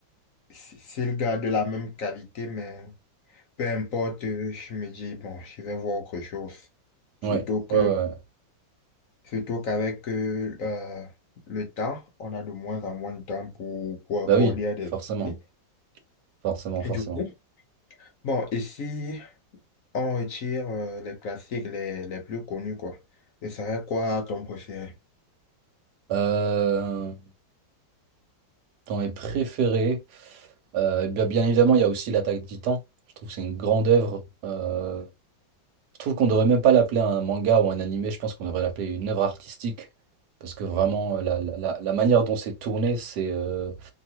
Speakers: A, on the left; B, on the right.
A: si- s'il garde la même qualité, mais peu importe, je me dis, bon, je vais voir autre chose. Surtout
B: ouais,
A: que
B: ouais, ouais. ouais.
A: Surtout qu'avec euh, euh, le temps, on a de moins en moins de temps pour, pour
B: Bah
A: accorder
B: oui,
A: à des
B: forcément.
A: amis.
B: Forcément, forcément.
A: Et du coup, bon, ici, on retire euh, les classiques les, les plus connus, quoi. Et ça serait quoi ton préféré?
B: Euh, dans mes préférés, euh, bien bien évidemment, il y a aussi l'Attaque des Titans. Je trouve que c'est une grande œuvre. euh, Je trouve qu'on devrait même pas l'appeler un manga ou un animé, je pense qu'on devrait l'appeler une œuvre artistique. Parce que vraiment, euh, la, la- la- la manière dont c'est tourné, c'est euh,